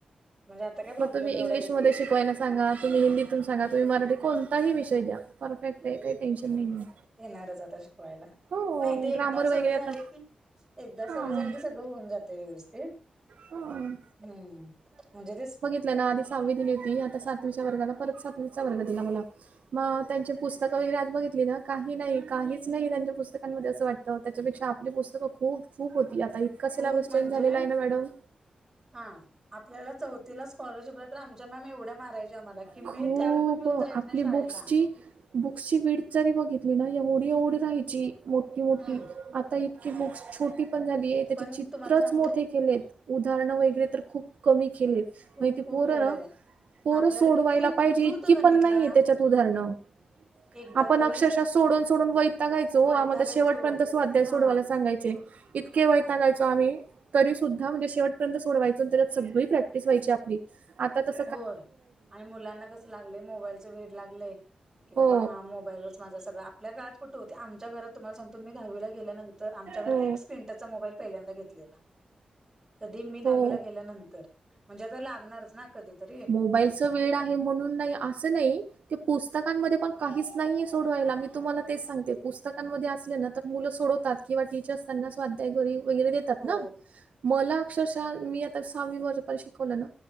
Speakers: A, on the right; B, on the right.
A: म्हणजे आता काय प्रॉब्लेम
B: मग तुम्ही
A: एवढा
B: इंग्लिशमध्ये
A: येत नसेल
B: शिकवाय नस सांगा तुम्ही हिंदीतून सांगा तुम्ही मराठी कोणताही विषय द्या परफेक्ट आहे काही टेनशन नाही आहे.
A: येणारच आता शिकवायला,
B: हो
A: नाही ते एकदा
B: ग्रामर वगैरे
A: सवय झाले
B: आता
A: की एकदा
B: हां
A: सवय झाली की सगळं होऊन जातय व्यवस्थित.
B: हां
A: हम्म, म्हणजे ते
B: आप आधी सहावी दिली होती आता सातवीच्या वर्गाला परत सातवीचा वर्ग दिला मला. मग त्यांची पुस्तकं वगैरे आज बघितली ना काही नाही काहीच नाही त्यांच्या पुस्तकांमध्ये असं वाटत तर त्याच्यापेक्षा आपली पुस्तकं खूप खूप होती आता इतका सिलेबस
A: खूप म्हणजे
B: चेंज झालेला आहे ना मॅडम,
A: हा आपल्याला चौथीला स्कॉलरशिपला तर आमच्या मॅम एवढ्या मार् आम्हाला की
B: खूप
A: मी त्यावेळी पण घेऊन
B: आपली
A: जायच नाही शाळेला.
B: बुक्सची बुक्सची वीड जरी बघितली ना एवढी एवढी राहायची मोठी मोठी
A: हम्म
B: आता इ की बुक्स छोटी पण झाली आहे त्याचे
A: पण
B: चित्रच
A: तुम्हाला सांगू
B: मोठे केलेत, उदाहरणं वगैरे तर खूप कमी केलेत.
A: खूप
B: मग ती
A: खूप
B: पोरं
A: केलंय.
B: ना पोरं
A: आपल्याला
B: सोडवायला
A: किती
B: पाहिजे
A: किती होतं
B: इतकी
A: गणितला
B: पण नाहीये त्याच्यात उदाहरणं.
A: एकदा
B: आपण
A: तरी
B: अक्षरशः सोडून सोडून वैताकायचो ओ
A: वैतागायचो
B: आम्हाला शेवटपर्यंत स्वाध्याय
A: हा
B: सोडवायला सांगायचे, इतके वैताकायचो आम्ही तरी सुद्धा म्हणजे शेवटपर्यंत सोडवायचत सगळी प्रॅक्टिस व्हायची आपली. आता कस
A: होय आणि मुलांना कस लागलंय मोबाईलचा वेड लागलय. की बाबा
B: हो
A: हा मोबाईलवरच माझं सगं आपल्या काळात कुंठ होते. आमच्या घराततुम्हाला सांगतो. मी दहावी गेल्यानंतर तर आमच्या घरात
B: हो
A: एक स्क्रीन टचचा मोबाईल पहिल्यांदा घेतलेला. कधी मी
B: हो
A: दाहावीला गेल्यानंतर. म्हणजे आता लागणारच ना. कधी तरी.
B: मोबाईलच वेड आहे म्हणून नाही. असं नाही. ते पुस्तकांमध्ये पण काहीच नाहीये सोडवायला. मी तुम्हाला तेच सांगते. पुस्तकांमध्ये असले ना तर मुलं सोडवतात. किंवा टीचरस त्यांना स्वाध्याय घरी वगैरे देतात
A: हो
B: ना. मला अक्षरशः मी आता सहावी वर्षाप शिकवलं ना.